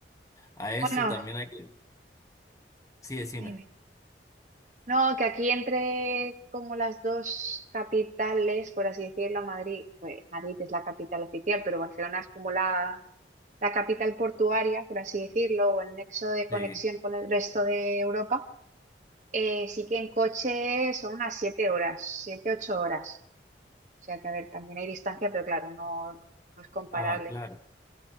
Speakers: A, on the left; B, on the right.
A: A eso
B: Bueno,
A: también hay que... Sí, decime.
B: dime. No, que aquí entre como las dos capitales, por así decirlo, Madrid, pues, Madrid es la capital oficial, pero Barcelona es como la la capital portuaria, por así decirlo, o el nexo de conexión
A: Sí.
B: con el resto de Europa, eh, sí que en coche son unas 7 horas, 7 8 horas. O sea que, a ver, también hay distancia, pero claro, no, no- no es comparable.
A: Ah, claro.